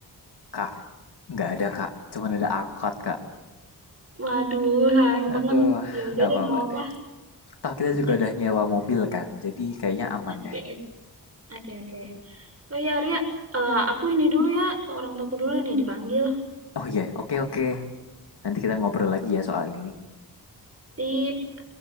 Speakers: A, on the left; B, on the right.
A: Kak, nggak ada kak, cuman ada angkot kak.
B: Waduh, sayang banget.
A: Aduh,
B: Ya udah
A: nggak
B: deh,
A: apa-apa
B: nggak apa-apa.
A: deh. Toh kita
B: Iya,
A: juga udah nyewa mobil kan, jadi kayaknya aman
B: oke.
A: deh.
B: Oke, oke. Oh ya, Ria, eh, aku ini dulu ya, ke orang tuaku dulu nih dipanggil.
A: Oh iya, yeah. oke okay, oke. Okay. Nanti kita ngobrol lagi ya soal ini.
B: Sip.